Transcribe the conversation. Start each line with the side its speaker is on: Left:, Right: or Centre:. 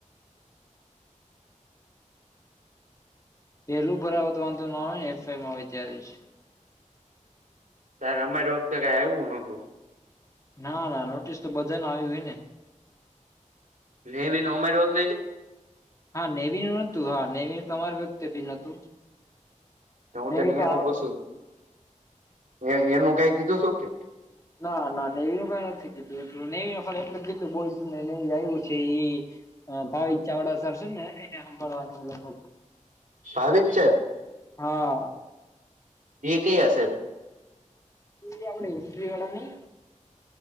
Left: પેલું ભરાવ તો વાંધો ન આવે ને એફવાય માં હોય ત્યારે જ.
Right: ત્યારે અમારી વખતે કઈ આવું નતું.
Left: ના ના નોટિસ તો બધા ને આવી હોય ને.
Right: નેવી નો મેરો <unintelligible>
Left: હા નેવીન નતું હા નેવીન તમારી વ્યક્તે બી નતું.
Right: હું
Left: નેવી
Right: તને
Left: તો
Right: એનું
Left: આ
Right: પૂછું એ એનું કઈ કીધું શું કે.
Left: ના ના નેવી નું કઈ નથી કીધું એટલું નેવી નો પણ એટલું કીધું બોઈઝને નેવી આવ્યું છે એ ઈ હ ભાવિક ચાવડા સર છે ને એને સાંભળવાનું હતું.
Right: ભાવિત સાહેબ એ
Left: હા
Right: કયા સાહેબ.
Left: એ આપડે હિસ્ટ્રી વાળા નઈ.